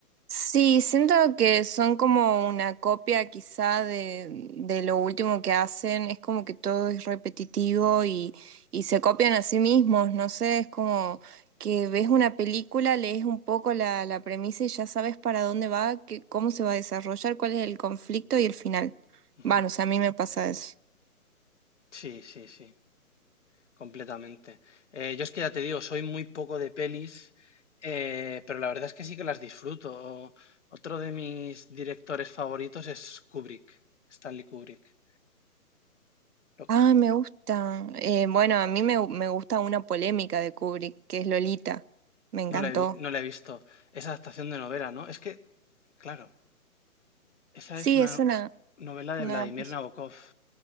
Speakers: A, on the right (about 80°); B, on the left (about 50°).
A: Sí, siento que son como una copia quizá de, de lo último que hacen, es como que todo es repetitivo y, y se copian a sí mismos, no sé, es como que ves una película, lees un poco la, la premisa y ya sabes para dónde va, que, cómo se va a desarrollar, cuál es el conflicto y el final.
B: Ujú.
A: Bueno, o sea, a mí me pasa eso.
B: Sí, sí, sí. Completamente. Eh, yo es que ya te digo, soy muy poco de pelis, eh, pero la verdad es que sí que las disfruto. Otro de mis directores favoritos es Kubrick, Stanley Kubrick. Lo-
A: Ah, me gusta. Eh, bueno, a mí me, me gusta una polémica de Kubrick, que es Lolita. Me encantó.
B: no la he, vi- no la he visto. Esa adaptación de novela, ¿no? Es que, claro, esa
A: Sí,
B: es una
A: es
B: no-
A: una,
B: novela de
A: una,
B: Vladimir
A: pos-
B: Nabokov.